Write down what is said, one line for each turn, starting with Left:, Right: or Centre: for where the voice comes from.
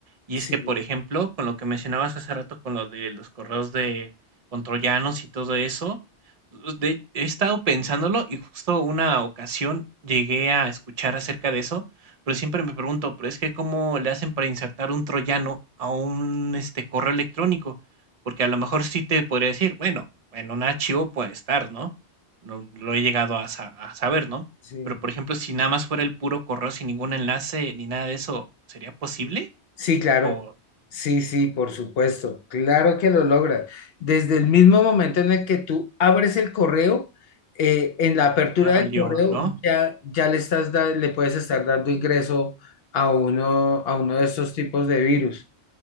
Right: Y
Left: Sí,
Right: es que, por ejemplo, con lo que mencionabas hace rato, con lo de los correos de con troyanos y todo eso, pues, de- he estado pensándolo y justo una ocasión llegué a escuchar acerca de eso, pero siempre me pregunto, pero es que ¿cómo le hacen para insertar un troyano a un este correo electrónico? Porque a lo mejor sí te podría decir, bueno, en un archivo puede estar, ¿no? No lo he llegado a, sa- a saber, ¿no?
Left: sí.
Right: Pero, por ejemplo, si nada más fuera el puro correo sin ningún enlace ni nada de eso, ¿sería posible?
Left: Sí, claro.
Right: ¿O
Left: Sí, sí, por supuesto. Claro que lo logras. Desde el mismo momento en el que tú abres el correo, eh, en la apertura
Right: ya valió,
Left: del correo
Right: no?
Left: ya, ya le estás da- le puedes estar dando ingreso a uno, a uno de estos tipos de virus.